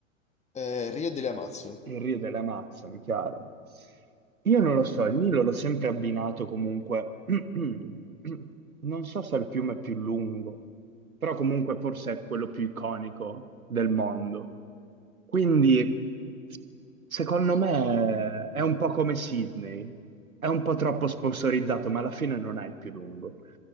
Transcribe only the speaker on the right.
il Rio delle Amazzoni, chiaro. Io non lo so, il Nilo l'ho sempre abbinato comunque. <clears throat> Non so se è il fiume più lungo, però comunque forse è quello più iconico del mondo. Quindi, secondo me, è un po' come Sydney, è un po' troppo sponsorizzato, ma alla fine non è il più lungo.